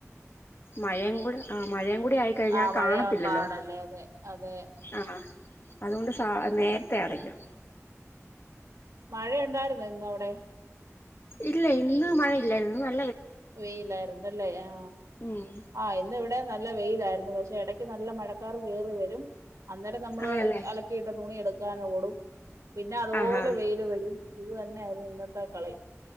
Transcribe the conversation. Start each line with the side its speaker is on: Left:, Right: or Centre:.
Left: മഴയും കൂടെ ആ മഴയും കൂടെ ടെ ആയിക്കഴിഞ്ഞാ
Right: ആഹ്
Left: കാണത്തില്ലല്ലോ
Right: മഴയാവാൻ പാടല്ലേ അതെ അതെ
Left: ആ അതുകൊണ്ട് സാ നേരത്തെ അടയ്ക്കും
Right: മഴയുണ്ടായിരുന്നോ ഇന്ന് അവിടെ
Left: ഇല്ല ഇന്ന് മഴ ഇല്ലാരുന്നു ഇന്ന് ന
Right: വെയിലായിരുന്നല്ലേ ആ
Left: ഉം
Right: ആ ഇന്ന് ഇവിടെ ഇവിടെ നല്ല വെയിലായിരുന്നു പക്ഷെ ഇടയ്ക്ക് നല്ല മഴക്കാറ് കേറി വരും അന്നേരം നമ്മള്
Left: ആണല്ലേ
Right: അലക്കിയിട്ട തുണി എടുക്കാനോടും പിന്നെ അതുപോലെ
Left: ആഹാ
Right: വെയില് വരും ഇതുതന്നെയായിരുന്നു ഇന്നത്തെ കളി